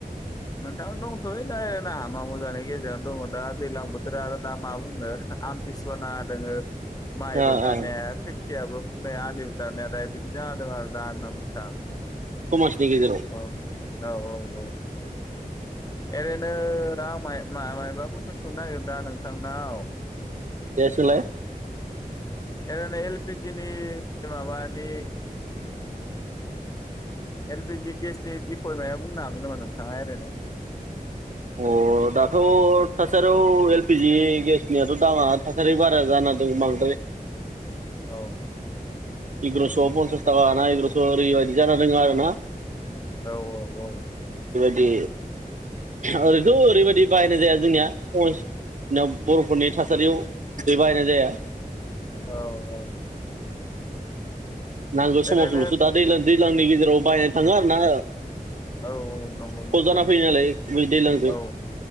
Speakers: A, on the left; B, on the right.
A: नोंथां दंथ'यो दा हामा मोजांनि गेजेरावनो दङ दा दैलां बोथोर आरो <unintelligible> मा बुंनो आमथिसु नांना दोङो। माइबो
B: अ
A: गायनो
B: अ
A: हाया खोथिया आलिबो दाननो हाया बिदि जाना दं आरो। <unintelligible>
B: समाज <unintelligible> गेजेराव
A: औ औ औ औ ओरैनो आं माइ-माइ-माबाखौसो सोंनो नागिर दा नोंथांनाव
B: दे सोंलाय
A: ओरैनो एल पि जि नि माबानि एल पि जि गेसनि बिखय मायबा बुंनो हागोन नामा नोंथाङा ओरैनो।
B: अ दाथ' थासारियाव एल पि जि गेसनियाथ' दामा थासारि बारा जाना द बांद्राय
A: औ
B: एग्र'स' पनसास थाखा लाना एग्र'स' ओरैबायदि जा दङो आरो ना।
A: औ औ औ
B: बे ओरैथ' ओरैबायदि बाहायनाय जाया जोंनिया समाव बर'फोरनि थासारियाव बे बाहायनाय जाया।
A: औ औ
B: नांगो समावसोल'
A: ओरैनो
B: दा दैलां सिगांनि गेजेराव बाहायनो थाङो आरो ना।
A: औ औ नंगौ
B: सट
A: नोंथां
B: जाना
A: नंगौ
B: फैयो नालाय बै दैज्लांजों
A: औ